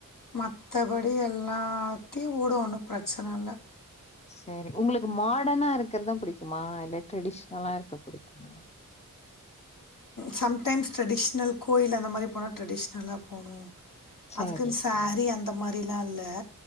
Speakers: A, on the left; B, on the left.
A: மத்த படி எல்லாத்தையு ஓடு ஒன்னு பிரச்சன இல்ல
B: செரி உங்களுக்கு மாடன்னா இருக்கறதான் புடிக்குமா இல்ல ட்ரெடிஷனலா இருக்க புடிக்கும்மா
A: சம்டைம்ஸ் ட்ரெடிஷ்னல் கோயில் அந்த மாரி போனா ட்ரெடிஷ்னலா போனு
B: சரி
A: அதுக்குன்னு சேரி அந்த மாரிலா இல்ல